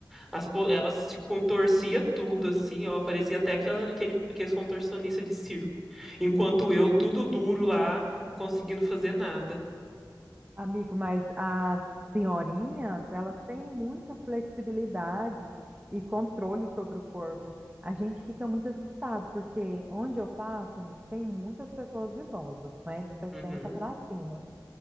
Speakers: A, in the centre; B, on the right.
A: as, po- elas se contorcia tudo, assim, ó. Parecia até aquela, aquele, aqueles contorcionistas de circo. Enquanto eu, tudo duro lá, não conseguindo fazer nada.
B: Amigo, mas as senhorinhas, elas têm muita flexibilidade e controle sobre o corpo. A gente fica muito assustado, porque onde eu faço, tem muitas pessoas idosas, né, de sessenta
A: Uhum.
B: para cima.